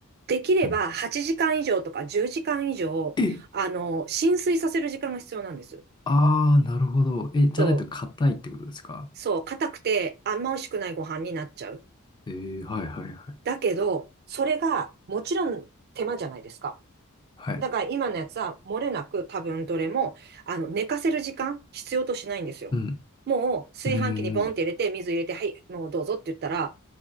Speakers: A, on the right; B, on the left.
A: できれば8時間以上とか10時間以上、
B: うんえ、
A: あの、浸水させる時間が必要なんです。
B: ああ、なるほど。え、じゃないと硬いってことですか
A: そう、そう、硬くてあんま美味しくないご飯になっちゃう。
B: えー、はいはいはい。
A: だけど、それがもちろん手間じゃないですか。
B: はい。
A: だから今のやつは漏れなく多分どれも、あの、寝かせる時間必要としないんですよ。
B: うん。
A: もう炊飯器にボンって入れて、
B: うーん。
A: 水入れて、はい、もうどうぞって言ったら、